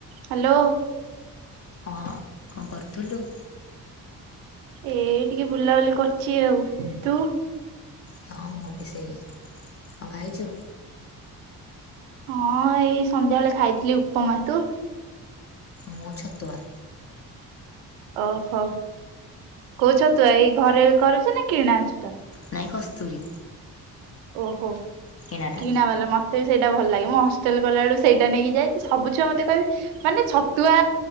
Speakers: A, on the right; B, on the left.
A: Hello.
B: ହଁ, କଣ କରୁଥିଲୁ?
A: ଏ ଟିକେ ବୁଲା, ବୁଲି କରୁଚି ଆଉ'। ତୁ?
B: ହଁ ମୁଁ ବି ସେଇ, ଆଉ ଖାଇଛୁ?
A: ହଁ ଏଇ ସନ୍ଧ୍ୟାବେଳେ, ଖାଇଥିଲି ଉପମା। ତୁ?
B: ମୁଁ ଛତୁଆ।
A: ଓ, ହୋ। କୋଉ ଛତୁଆ? ଏଇ ଘରେ କରୁଛନା କିଣା ଛତୁଆ?
B: ନାଇଁ କସ୍ତୁରୀ।
A: ଓ, ହୋ
B: କିଣାଟା।
A: କିଣାବାଲା ମ ମତେ ବି ସେଇଟା ଭଲ ଲାଗେ। ମୁଁ ହଷ୍ଟେଲ ଗଲା ବେଳକୁ, ସେଇଟା ନେଇକି ଯାଇଛି। ସବୁ ଛୁଆ ମତେ କହିବେ, ମାନେ ଛତୁଆ